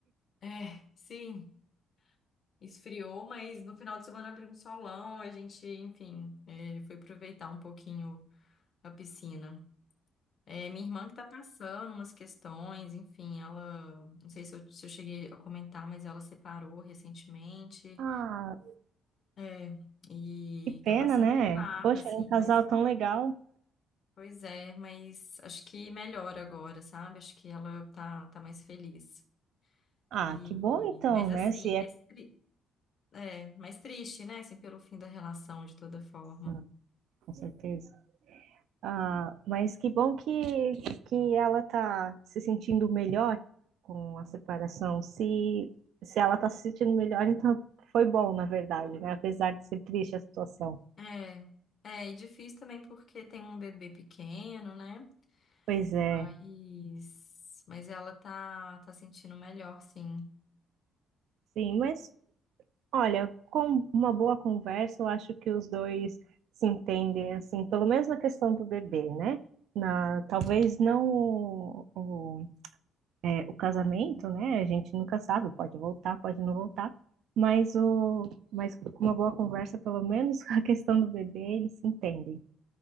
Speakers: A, on the left; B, on the right.
A: É, sim, esfriou, mas no final de semana abriu um solão, a gente, enfim, é, foi aproveitar um pouquinho a piscina. É, minha irmã que tá passando umas questões, enfim, ela, não sei se eu, se eu cheguei a comentar, mas ela separou recentemente,
B: Ah,
A: é, e
B: que pena,
A: tá passando
B: né?
A: por barra,
B: Poxa,
A: assim,
B: era um casal
A: mas,
B: tão legal.
A: pois é, mas acho que melhora agora, sabe? Acho que ela tá, tá mais feliz.
B: Ah,
A: E,
B: que bom
A: e-
B: então,
A: mas
B: né?
A: assim,
B: Se é.
A: mas tri- É, mais triste, né? Assim, pelo fim da relação, de toda forma.
B: Hum, Com certeza. Ah, mas que bom que, que ela tá se sentindo melhor com a separação. Se, se ela tá se sentindo melhor, então foi bom, na verdade, né? Apesar de ser triste a situação.
A: É, é, e difícil também porque tem um bebê pequeno, né?
B: Pois é,
A: Mas, mas ela tá, tá sentindo melhor, sim.
B: sim, mas olha, com uma boa conversa, eu acho que os dois se entendem, assim, pelo menos na questão do bebê, né? Na, talvez não o, o- É, o casamento, né? A gente nunca sabe, pode voltar, pode não voltar, mas o, mas com uma boa conversa, pelo menos <laughs> com a questão do bebê, eles se entendem.